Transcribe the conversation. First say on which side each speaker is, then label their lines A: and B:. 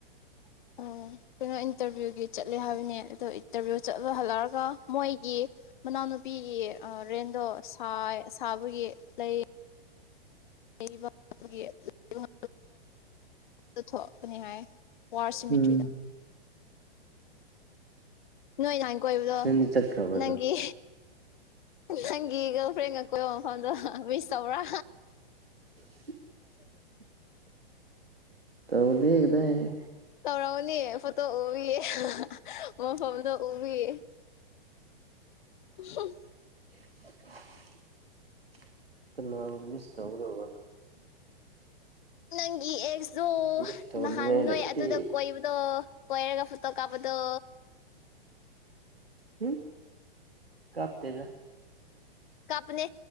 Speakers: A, on the right; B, on the left.
A: <inaudible>
B: ꯑꯣ ꯀꯩꯅꯣ ꯏꯟꯇꯔꯚꯤꯌꯨꯒꯤ ꯆꯠꯂꯦ ꯍꯥꯏꯕꯅꯦ ꯑꯗꯣ ꯏꯟꯇꯔꯚꯤꯌꯨ ꯆꯠꯂꯨ ꯍꯜꯂꯛꯔꯒ ꯃꯣꯏꯒꯤ ꯃꯅꯥꯛ ꯅꯨꯄꯤꯒꯤ ꯑ ꯔꯦꯟꯗꯣꯥ ꯁꯥꯢ ꯁꯥꯕꯒꯤ ꯂꯩ ꯂꯩꯕ ꯑꯗꯨꯒꯤ <unintelligible> ꯑꯗꯨ ꯊꯣꯛꯄꯅꯤ ꯍꯥꯏ ꯋꯥꯔ ꯁꯤꯃꯤꯇ꯭ꯔꯤꯗ
A: ꯎꯝ
B: ꯅꯣꯏ ꯅꯥꯍꯟ ꯀꯣꯏꯕꯗꯣ
A: ꯅꯪꯗꯤ ꯆꯠꯈ꯭ꯔꯕ꯭ꯔꯗꯣ
B: ꯅꯪꯒꯤ ꯅꯪꯒꯤ ꯒꯔꯜ ꯐ꯭ꯔꯦꯟꯒ ꯀꯣꯏꯕ ꯃꯐꯝꯗꯣ ꯃꯤꯁ ꯇꯧꯕꯔꯥ
A: <inaudible> ꯇꯧꯗꯦ ꯍꯦ ꯀꯗꯥꯢꯗꯒꯤ
B: ꯇꯧꯔꯝꯒꯅꯤ ꯐꯣꯇꯣ ꯎꯕꯤꯌꯦ ꯃꯐꯝꯗꯣ ꯎꯕꯒꯤ ꯎꯝꯍꯨꯝ
A: <inaudible> ꯀꯅꯥꯕꯨ ꯃꯤꯁ ꯇꯧꯒꯗꯣꯕ
B: ꯅꯪꯒꯤ ꯑꯦꯛꯇꯨ
A: ꯃꯤꯁ ꯇꯧꯅꯤꯡꯉꯥꯏ
B: ꯅꯍꯥꯟ ꯅꯣꯏ
A: ꯂꯩꯇꯦ
B: ꯑꯗꯨꯗ ꯀꯣꯏꯕꯗꯣ ꯀꯣꯏꯔꯒ ꯐꯣꯇꯣ ꯀꯥꯞꯄ ꯗꯣ
A: <inaudible> ꯍꯨꯝ ꯀꯥꯞꯇꯦꯗ
B: ꯀꯞꯄꯅꯦ